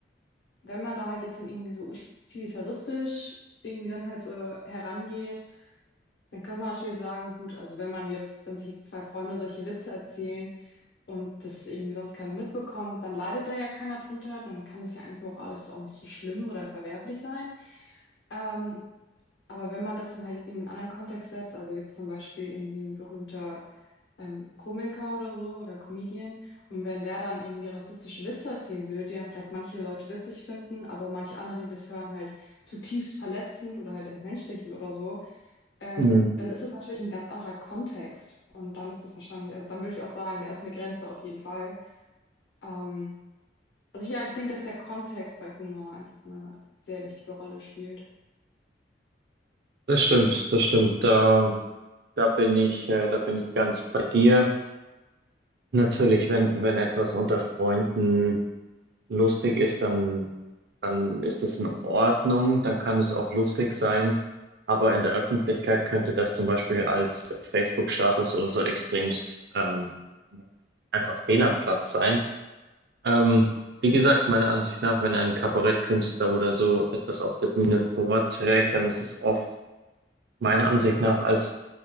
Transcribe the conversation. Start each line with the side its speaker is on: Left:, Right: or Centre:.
Left: wenn man da halt jetzt dann irgendwie so utilitaristisch irgendwie dann halt so herangeht, dann kann man natürlich sagen, gut, also wenn man jetzt, wenn sich jetzt zwei Freunde solche Witze erzählen und das irgendwie sonst keiner mitbekommt, dann leidet da ja keiner drunter, dann kann das ja eigentlich moralisch auch nicht so schlimm oder verwerflich sein. Ähm, Aber wenn man das dann halt jetzt irgendwie in einen anderen Kontext setzt, also jetzt zum Beispiel irgendwie ein berühmter ähm, Komiker oder so oder Comedian, und wenn der dann irgendwie rassistische Witze erzählen würde, die dann vielleicht manche Leute witzig finden, aber manche andere, die das hören, halt zutiefst verletzend oder halt entmenschlichend oder so, ähm,
Right: Mhm.
Left: dann ist es natürlich ein ganz anderer Kontext. Und dann ist das wahrscheinlich, also dann würde ich auch sagen, da ist eine Grenze auf jeden Fall. Ähm, also ja, ich denke, dass der Kontext bei Humor einfach eine sehr wichtige Rolle spielt.
Right: Das stimmt, das stimmt. Da Da bin ich, äh, da bin ich ganz bei dir. Natürlich, wenn, wenn etwas unter Freunden lustig ist, dann, dann ist es in Ordnung, dann kann es auch lustig sein. Aber in der Öffentlichkeit könnte das zum Beispiel als Facebook-Status oder so extremst ähm, einfach fehl am Platz sein. Ähm, wie gesagt, meiner Ansicht nach, wenn ein Kabarettkünstler oder so etwas auf der Bühne vorträgt, dann ist es oft meiner Ansicht nach als